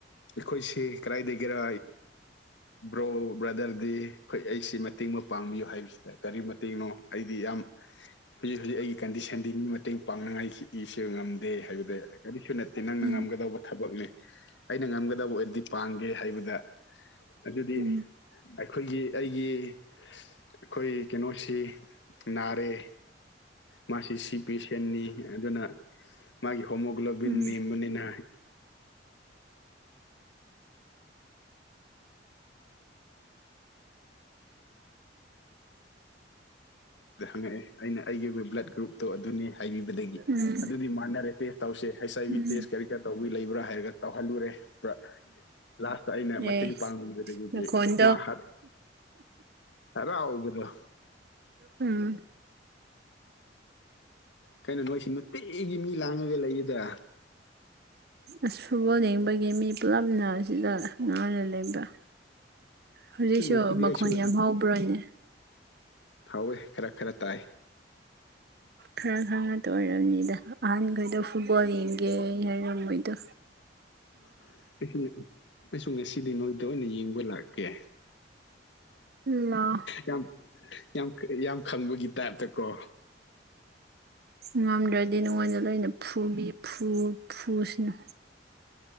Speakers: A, on the left; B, on the right.
A: ꯑꯩꯈꯣꯏꯁꯦ ꯀꯗꯥꯏꯗꯒꯤꯔ ꯕ꯭ꯔꯣ ꯕ꯭ꯔꯥꯗꯔꯗꯤ ꯑꯩꯈꯣꯏ ꯑꯩꯁꯤ ꯃꯇꯦꯡ ꯄꯥꯡꯕꯤꯌꯨ ꯍꯥꯏꯕꯁꯤꯗ ꯀꯔꯤ ꯃꯇꯦꯡꯅꯣ ꯑꯩꯗꯤ ꯌꯥꯝ ꯍꯧꯖꯤ ꯍꯧꯖꯤ ꯑꯩꯒꯤ ꯀꯟꯗꯤꯁꯟꯗꯤ ꯃꯤ ꯃꯇꯦꯡ ꯄꯥꯡꯅꯤꯡꯉꯥꯏ <unintelligible> ꯉꯝ ꯗꯦ ꯍꯥꯏꯕꯗꯤ ꯀꯔꯤꯁꯨ ꯅꯠꯇꯦ ꯅꯪꯅ
B: ꯎꯝ
A: ꯉꯝꯒꯗꯧꯕ ꯊꯕꯛꯅꯦ ꯑꯩꯅ ꯉꯝꯒꯗꯕ ꯑꯣꯏꯔꯗꯤ ꯄꯥꯡꯒꯦ ꯍꯥꯏꯕꯗ ꯑꯗꯨꯗꯤ
B: ꯎꯝ
A: ꯑꯩꯈꯣꯏꯒꯤ ꯑꯩꯒꯤ ꯑꯩꯈꯣꯏ ꯀꯩꯅꯣꯁꯤ ꯅꯥꯔꯦ ꯃꯥꯁꯤ ꯁꯤ ꯄꯦꯁꯦꯟꯅꯤ ꯑꯗꯨꯅ ꯃꯥꯒꯤ ꯍꯣꯃꯣꯒ꯭ꯂꯣꯕꯤꯟ
B: ꯎꯝ
A: ꯅꯦꯝꯕꯅꯤꯅ ꯍꯪꯉꯛꯑꯦ ꯑꯩꯅ ꯑꯩꯒꯤ ꯑꯣꯏ ꯕ꯭ꯂꯗ ꯒ꯭ꯔꯨꯞꯇꯣ ꯑꯗꯨꯅꯤ ꯍꯥꯏꯕꯤꯕꯗꯒꯤ
B: ꯎꯝ
A: ꯑꯗꯨꯗꯤ ꯃꯥꯟꯅꯔꯦ ꯇꯦꯁ ꯇꯧꯁꯦ H I
B: um
A: V test ꯀꯔꯤ ꯀꯥ ꯇꯧꯕꯤ ꯂꯩꯕ꯭ꯔꯥ ꯍꯥꯏꯔꯒ ꯇꯧꯍꯜꯂꯨꯔꯦ ꯇ ꯂꯥꯁꯇ ꯑꯩꯅ
B: ꯑꯦ
A: ꯃꯇꯦꯡ ꯄꯥꯡꯕꯤꯕꯗꯒꯤꯗꯤ
B: ꯅꯈꯣꯟꯗꯣ
A: ꯃꯥ ꯍꯥ ꯍꯔꯥꯎꯕꯗꯣ
B: ꯎꯝ
A: ꯀꯩꯅꯣ ꯅꯣꯏꯁꯤ ꯅꯨꯇꯤꯒꯤ ꯃꯤ ꯂꯥꯡꯉꯒ ꯂꯩꯌꯦꯗ
B: ꯑꯁ ꯐꯨꯠꯕꯣꯜ ꯌꯦꯡꯕꯒꯤ ꯃꯤ ꯄꯨꯜꯂꯞꯅ ꯑꯁꯤꯗ ꯉꯥꯏꯅ ꯂꯩꯕꯗ ꯍꯧꯖꯤꯛꯁꯨ
A: ꯉꯁꯤꯗꯤ
B: ꯃꯈꯣꯟ
A: ꯑꯩꯁꯨ
B: ꯌꯥꯝ ꯍꯧꯕ꯭ꯔꯣꯅꯦ
A: ꯍꯥꯎꯋꯦ ꯈꯔ ꯈꯔ ꯇꯥꯏ
B: ꯈꯔ ꯈꯔ ꯉꯛꯇ ꯑꯣꯏꯔꯝꯅꯤꯗ ꯑꯍꯟꯈꯣꯏꯗꯣ ꯐꯨꯠꯕꯣꯜ ꯌꯦꯡꯒꯦ ꯍꯥꯏꯔꯝꯕꯣꯏꯗꯣ
A: <unintelligible> ꯑꯩꯁꯨ ꯉꯁꯤꯗꯤ ꯅꯣꯏꯗ ꯑꯣꯏꯅ ꯌꯦꯡꯕ ꯂꯥꯛꯀꯦ
B: ꯎꯝ ꯂꯥꯎ
A: ꯌꯥꯝ ꯌꯥꯝ ꯌꯥꯝ ꯈꯪꯕꯒꯤ ꯇꯥꯏꯞꯇꯀꯣ
B: ꯉꯝꯗ꯭ꯔꯗꯤ ꯅꯉꯣꯟꯗ ꯂꯣꯏꯅ ꯐꯨꯕꯤ ꯐꯨ ꯐꯨꯁꯅꯨ